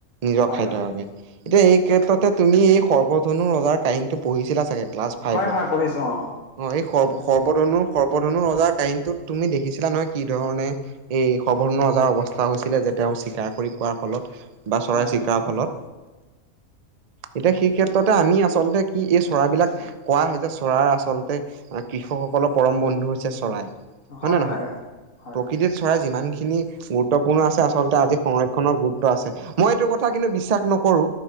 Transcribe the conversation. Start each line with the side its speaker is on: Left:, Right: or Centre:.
Right: নিজৰ
Left: হয়
Right: খাদ্যৰ
Left: হয়
Right: বাবে। এতিয়া এই ক্ষেত্ৰতে তুমি এই সৰ্বধনু ৰজাৰ কাহিনীটো পঢ়িছিলা চাগে ক্লাছ ফাইভত।
Left: হয় হয় পঢ়িছো অ
Right: অ' এই সৰ্ব-সৰ্বধনু-সৰ্বধনু ৰজাৰ কাহিনীটো তুমি দেখিছিলা নহয় কি ধৰণে এই সৰ্বধনু ৰজাৰ অৱস্থা হৈছিলে যে, তেওঁ চিকাৰ কৰি খোৱাৰ ফলত বা চৰাই
Left: হয়
Right: চিকাৰ
Left: হয়
Right: ফলত। এতিয়া সেই ক্ষেত্ৰতে আমি আচলতে কি এই চৰাইবিলাক কোৱা হয় যে চৰাইৰ আচলতে কৃষকসকলৰ পৰম বন্ধু হৈছে চৰাই। হয়নে
Left: হয়
Right: নহয়,
Left: হয় হয়
Right: প্ৰকৃতিত চৰাই যিমান খিনি গুৰুত্বপূৰ্ণ আছে আ <unintelligible> আজি সংৰক্ষণৰ গুৰুত্ব আছে। মই এইটো কথা কিন্তু বিশ্বাস নকৰো,